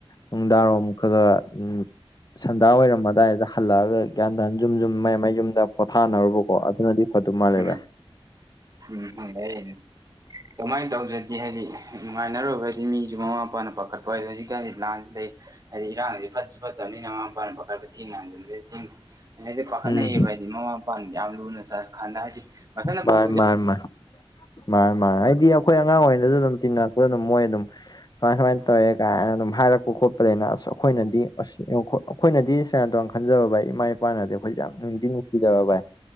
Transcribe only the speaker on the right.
ꯎꯝ
ꯎꯝ ꯍ ꯍ <inaudible> ꯀꯃꯥꯏꯅ ꯇꯧꯖ꯭ꯔꯗꯤ ꯍꯥꯏꯗꯤ ꯅꯨꯡꯉꯥꯏꯅꯔꯨꯕ ꯍꯥꯏꯗꯤ ꯃꯤꯁꯨ ꯃꯃꯥ ꯃꯄꯥꯅ ꯄꯥꯈꯠꯄ ꯍꯣꯏꯣ ꯍꯧꯖꯤꯛꯀꯥꯟꯁꯤꯗꯤ ꯂꯥꯟꯁꯨ ꯂꯩ ꯍꯥꯏꯗꯤ ꯏꯔꯥꯡꯁ ꯐꯠꯁꯨ ꯐꯠꯇꯕꯅꯤꯅ ꯃꯃꯥ ꯃꯄꯥ ꯃꯈꯄꯥ ꯈꯔ ꯈ ꯊꯦꯡꯅ ꯍꯟꯖꯟꯗ ꯑꯩꯅꯁꯦ ꯄꯥꯈꯠꯅꯩꯑꯌꯦꯕ
ꯍꯥꯏꯗꯤ ꯃꯃꯥ ꯃꯄꯥꯅ ꯌꯥꯝ ꯂꯨꯅ ꯆꯠ ꯈꯥꯟꯗ ꯍꯥꯏꯗꯤ ꯃꯊꯅ
ꯄꯣꯛ